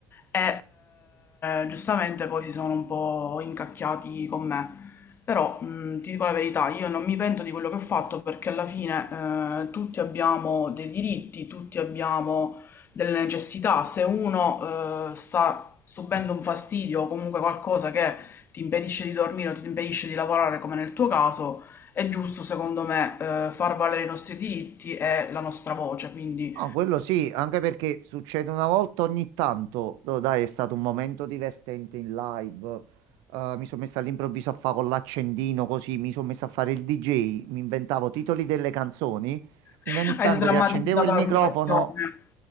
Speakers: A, on the left; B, on the right.
A: e eh, giustamente poi si sono un po' incacchiati con me. Però, mh, ti dico la verità, io non mi pento di quello che ho fatto perché alla fine, eh, tutti abbiamo dei diritti, tutti abbiamo delle necessità. Se uno eh, sta subendo un fastidio o comunque qualcosa che ti impedisce di dormire o ti impedisce di lavorare, come nel tuo caso, è giusto, secondo me, eh, far valere i nostri diritti e la nostra voce. Quindi
B: Ah, quello sì, anche perché succede una volta ogni tanto. Oh, dai, è stato un momento divertente in live. Eh, mi sono messo all'improvviso a fare con l'accendino così, mi sono messo a fare il DJ, mi inventavo titoli delle canzoni.
A: <laughs>
B: Quindi ogni tanto
A: hai sdrammatizzato
B: riaccendevo il microfono
A: la situazione.